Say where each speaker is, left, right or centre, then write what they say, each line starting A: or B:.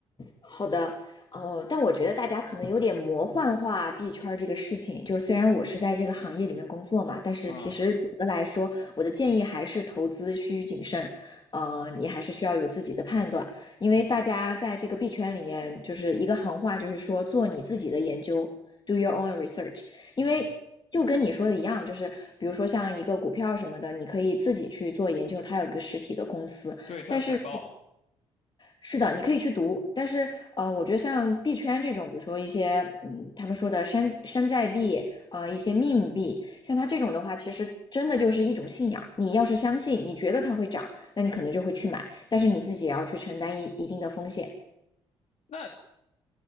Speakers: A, on the left (about 30°); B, on the left (about 50°).
A: 好的，哦，但我觉得大家可能有点魔幻化币圈儿这个事情。就是虽然我是在这个行业里面工作嘛，但是其实总的来说，
B: 啊，
A: 我的建议还是投资需谨慎。呃，你还是需要有自己的判断，因为大家在这个币圈里面，就是一个行话，就是说做你自己的研究，do your own research。因为就跟你说的一样，
B: 嗯，
A: 就是比如说像一个股票什么的，你可以自己去做研究，它有个实体的公司，
B: 对，他有财报。
A: 但是是的，你可以去读，但是呃，我觉得像币圈这种，比如说一些嗯，他们说的山山寨币啊、呃一些 meme 币，像它这种的话，其实真的就是一种信仰。你要是相信，你觉得它会涨，那你可能就会去买，但是你自己也要去承担一一定的风险。
B: 那